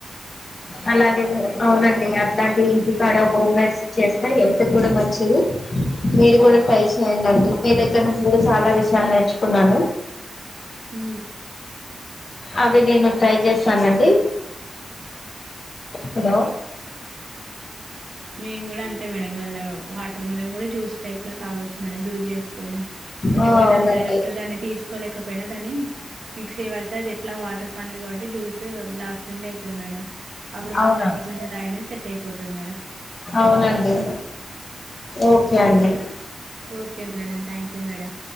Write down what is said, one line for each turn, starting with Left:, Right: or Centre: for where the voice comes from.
Left: అలాగే అవునండి అట్లాంటివి ఇంటికాడ హోమ్మెర్స్ చేస్తే హెల్త్ కూడా మంచిది మీరు కూడా ట్రై చేయ్యడి మీ దగ్గర నుంచి కూడా చాలా విషయాలు నేర్చుకున్నాను
Right: మ్
Left: అవి నేను ట్రై చేస్తానండి హలో
Right: మేము కూడా అంతే గల వాటర్ మిలన్ కూడా జ్యూస్ టైప్ లో తాగచ్చు మేడం జ్యూస్ చేస్త సుకునే చిన్నపిిల్లలు
Left: ఆ అవునండి
Right: డైరెక్ట్ దాన్ని తీసుకోలేకపోయినా దాన్ని మిక్స్య పడితే అది ఎట్లా వా జ్యూస్ గ్లాస్ నిండా అయితది మేడం అప్పుడు
Left: అవునా
Right: కొంచెం అప్పుడు కొంచెం అయిపోతది మేడం
Left: అవునండి ఓకే అండి
Right: okay madam thank you madam